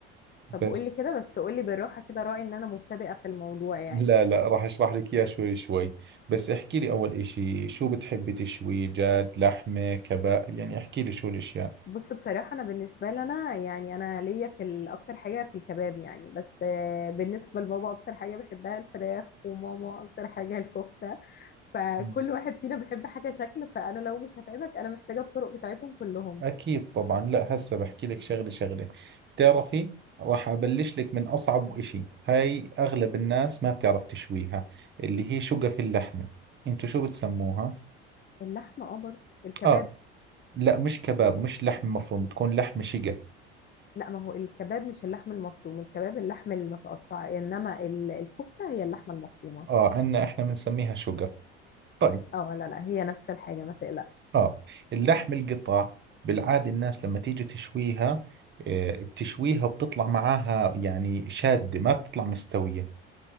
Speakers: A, on the left; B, on the right.
A: طب
B: بس
A: قولي كده بس قولي بالراحة كده راعي ان انا مبتدئة في الموضوع يعني
B: لا لا راح اشرح لك اياه شوي شوي بس احكي لي اول اشي شو بتحبي تشوي جاد لحمة كباب يعني احكي لي شو الاشياء
A: بص بصراحة أنا بالنسبة لنا يعني أنا ليا في ال- أكتر حاجة في الكباب يعني بس آه، بالنسبة لبابا أكتر حاجة بحبها الفراخ وماما أكتر حاجة الكفتة فكل
B: مم.
A: واحد فينا بيحب حاجة شكل فأنا لو مش هتعبك أنا محتاجة الطرق بتاعتهم كلهم
B: اكيد طبعا لا هسه بحكي لك شغلة شغلة بتعرفي راح ابلش لك من اصعب اشي هاي اغلب الناس ما بتعرف تشويها اللي هي شقف اللحمة انتو شو بتسموها
A: اللحمة أه برضه الكباب
B: اه لا مش كباب مش لحم مفروم بتكون لحم شقف
A: لا ما هو الكباب مش اللحم المفروم الكباب اللحم المتقطع إنما ال- الكفتة هي اللحمة المفرومة
B: اه عنا احنا بنسميها شقف طيب
A: أه لا لا هي نفس الحاجة ما تقلقش
B: اه اللحم القطع بالعادة الناس لما تيجي تشويها آه، بتشويها وبتطلع معاها يعني شادة ما بتطلع مستوية